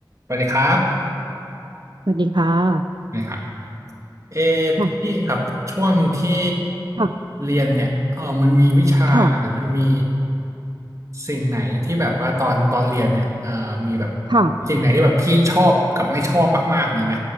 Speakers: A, on the right; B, on the right.
A: สวัสดีครับ
B: สวัสดีค่ะ
A: นะครับเออ
B: ค่ะ
A: พี่ครับช่วงที่
B: ค่ะ
A: เรียนเนี่ยเออมันมีวิชาหรือมันมี
B: ค่ะ
A: สิ่งไหนที่แบบว่าตอนตอนเรียนเนี่ยเออมีแบบ
B: ค่ะ
A: สิ่งไหนที่แบบพี่ชอบกับไม่ชอบมากๆมีไหม